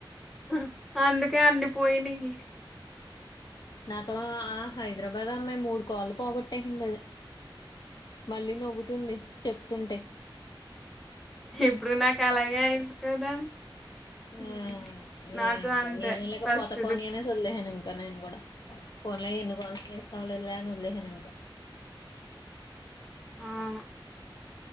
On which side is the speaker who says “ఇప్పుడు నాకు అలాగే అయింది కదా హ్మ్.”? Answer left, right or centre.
Centre